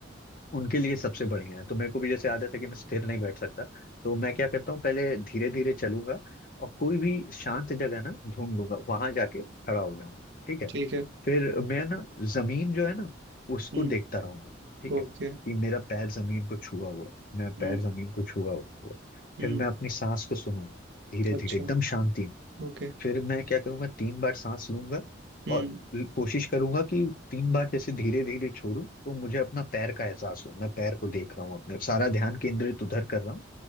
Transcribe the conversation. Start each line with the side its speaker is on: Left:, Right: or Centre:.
Left: उनके लिए सबसे बढ़िया है तो मेरे को भी जैसे आदत है कि मैं स्थिर नहीं बैठ सकता तो मैं क्या करता हूँ पहले धीरे धीरे चलूंगा और कोई भी शांत जगह ना ढूंढ लूंगा वहां जाके खड़ा हो जाऊंगा ठीक है
Right: ठीक है
Left: फिर मैं ना जमीन जो है ना उसको
Right: हम्म
Left: देखता रहूंगा ठीक
Right: ओके
Left: है कि मेरा पैर जमीन को छुआ हुआ है, मैं पैर
Right: हम्म
Left: जमीन को छुआ हुआ है।
Right: हम्म
Left: फिर मैं अपनी सांस को सुनूंगा धीरे
Right: अच्छा
Left: धीरे एकदम शांति
Right: ओके
Left: फिर मैं क्या करूंगा तीन बार सांस लूंगा
Right: हम्म
Left: और ल- कोशिश करूंगा कि तीन बार जैसे धीरे धीरे छोड़ूं तो मुझे अपना पैर का एहसास हो मैं पैर को देख रहा हूँ अपने सारा ध्यान केंद्रित उधर कर रहा हूँ